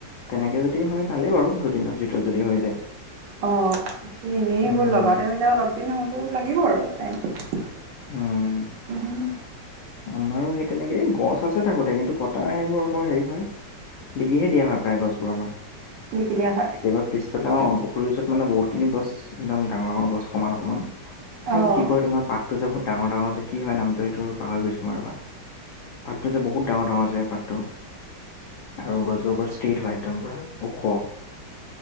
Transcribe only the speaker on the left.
তেনেকে যদি হয় ভালেই বাৰু দুদিনৰ ভিতৰত যদি হৈ যায়
উম।
উম।
আমাৰো সেই তেনেকে এই গছ আছে থাকোতে কিন্তু কটা সেইবোৰ আকৌ হেৰি হয়। বিকিহে দিয়া হয় প্ৰায় গছবোৰ আমাৰ
কেতিয়াবা পিছফালে অ পুখুৰীৰ ওচৰত মানে বহুত কিনি গছ একদম ডাঙৰ ডাঙৰ গছ সমান সমান এইবোৰ
কি কৰে তোমাৰ পাতটো যে ডাঙৰ ডাঙৰ যে কি হয় নামটো এইটো, পাহৰি গৈছোঁ মই ৰবা পাতটো যে বহুত ডাঙৰ ডাঙৰ যে পাতটো আৰু গছজোপা পুৰা ষ্টিত হয় একদম পুৰা ওখ